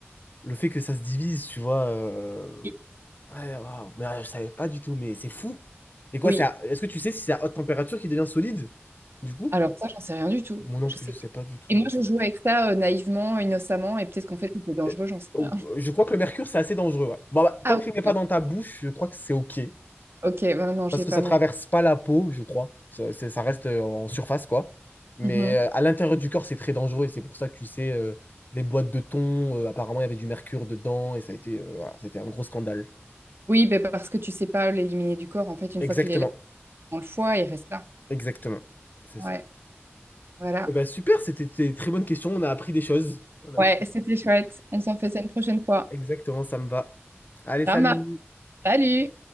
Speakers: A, on the left; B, on the right.
A: le fait que ça se divise, tu vois. euh,
B: Oui,
A: Ouais, waouh, mais euh, je savais pas du tout, mais c'est fou. Et quoi,
B: Oui.
A: c'est à- est-ce que tu sais si c'est à haute température qui devient solide, du coup?
B: alors ça, j'en sais rien du tout.
A: Moi non
B: Je
A: plus,
B: sais.
A: je sais
B: pas.
A: pas du tout.
B: Et moi, je joue avec ça euh, naïvement, innocemment, et peut-être qu'en fait, c'était dangereux,
A: Euh,
B: j'en sais
A: oh,
B: rien.
A: Je crois que le mercure, c'est assez dangereux. ouais. Bon, bah,
B: Ah
A: tant
B: oui,
A: que tu ne le
B: <laughs>
A: mets pas
B: d'accord.
A: dans ta bouche, je crois que c'est OK.
B: Ok, ben non, je
A: Parce
B: l'ai
A: que
B: pas
A: ça
B: mangé.
A: traverse pas la peau, je crois. Ça, c'est- ça reste euh, en surface, quoi. Mais
B: Mhm.
A: euh, à l'intérieur du corps, c'est très dangereux. Et c'est pour ça que tu sais, euh, les boîtes de thon, euh, apparemment, il y avait du mercure dedans. Et ça a été, euh, voilà, ça a été un gros scandale.
B: Oui, ben, parce que tu sais pas l'éliminer du corps. En fait, une
A: Exactement.
B: fois qu'il est là, dans le foie, il reste là.
A: Exactement. C'est
B: Ouais,
A: ça.
B: voilà.
A: Eh ben, super, c'était des très bonnes questions. On a appris des choses. On a
B: Ouais,
A: appris-
B: c'était chouette. On s'en fait ça une prochaine fois.
A: Exactement, ça me va. Allez, salut!
B: Ça marche. Salut!